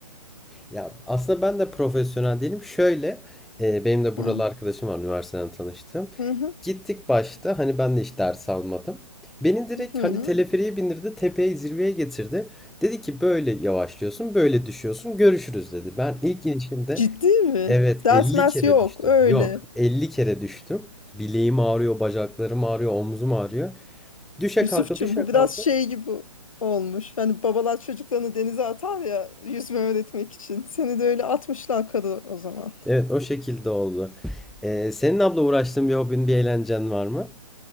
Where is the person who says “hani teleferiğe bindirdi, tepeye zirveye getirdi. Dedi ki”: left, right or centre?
Centre